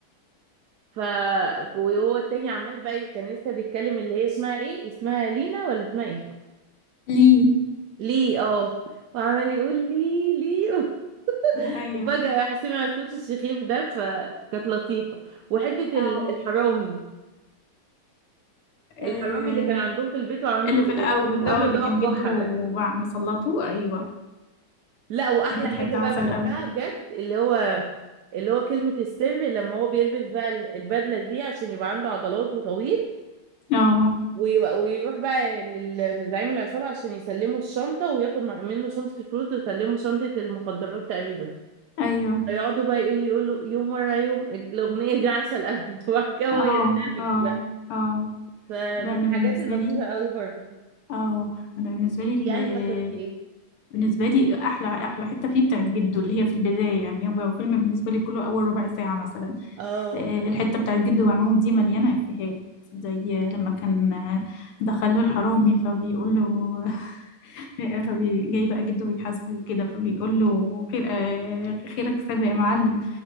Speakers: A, on the right; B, on the left.
A: ف وهو التاني عمال بقى كان لسه بيتكلم اللي هي اسمها ايه اسمها لينا ولا اسمها ايه
B: ليه
A: ليه اه وعمال يقول لي ليه <laughs>
B: أيوه
A: وفجأة راح سمع صوت الشخير ده فكانت لطيفة وحتة
B: اه
A: ال- الحرامي
B: آه،
A: الحرامي اللي كان عندهم في البيت وعنده
B: اللي في الأول
A: وجاب
B: اه
A: له
B: اللي
A: دواء
B: كان
A: الكحة
B: جده وبع-
A: ده
B: مسلطه أيوه
A: لا وأحلى
B: دي كانت
A: حاجة
B: حتة
A: بقى
B: عسل
A: بحبها
B: قوي
A: بجد اللي هو اللي هو كلمة السر لما هو بيلبس بقى ال- البدلة دي عشان يبقى عنده عضلات وطويل
B: اه
A: ويبقى- ويروح بقى لل- لزعيم العصابة عشان يسلموا الشنطة وياخد مع- منه شنطة الفلوس ويسلموا شنطة المخدرات تقريبا
B: أيوه
A: يقعدوا بقى ايه يقولوا يوم ورا يوم الأغنية دي عسل أوي <laughs> وبعد كده هو
B: اه
A: يندمج
B: اه اه
A: فمن
B: لا
A: الحاجات
B: انا بالنسبه
A: اللطيفة
B: لي
A: قوي برضه
B: اه انا بالنسبه
A: انت
B: لي ال-
A: يعني فاكرة في ايه
B: بالنسبه لي احلى احلى حته فيه بتاعت جده اللي هي في البدايه يعني هو فيلم بالنسبه لي كله اول ربع ساعه مثلا
A: اه
B: آه، الحته بتاعت جده وعمامه دي مليانه افيهات زي لما كان آه، دخل له الحرامي فبيقول له <laughs> فبي- جاي بقى جده بيحاسبه وكده فبيقول له خير آه، خيرك سابق يا معلم